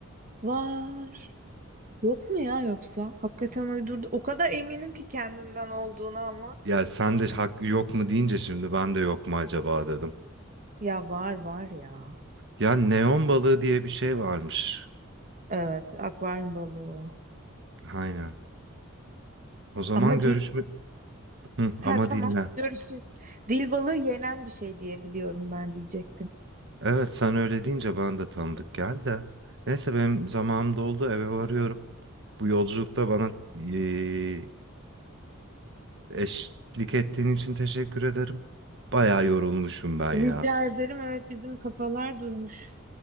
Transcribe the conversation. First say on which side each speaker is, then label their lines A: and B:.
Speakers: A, on the right (about 40°); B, on the right (about 55°).
A: Var. Yok mu ya yoksa? Hakikaten uydurdu. O kadar eminim ki kendimden olduğuna ama.
B: Ya sen de hak yok mu deyince şimdi ben de yok mu acaba dedim.
A: Ya var var ya.
B: Ya neon balığı diye bir şey varmış.
A: Evet, akvaryum balığı o.
B: Aynen. O zaman
A: Ama
B: görüşme... Hı, ama
A: Ha tamam.
B: dinle.
A: Görüşürüz. Dil balığı yenen bir şey diye biliyorum ben diyecektim.
B: Evet sen öyle deyince ben de tanıdık geldi de. Neyse benim zamanım doldu eve varıyorum. Bu yolculukta bana eee, eşlik ettiğin için teşekkür ederim. Bayağı yorulmuşum ben
A: Rica
B: ya.
A: ederim. Evet bizim kafalar durmuş.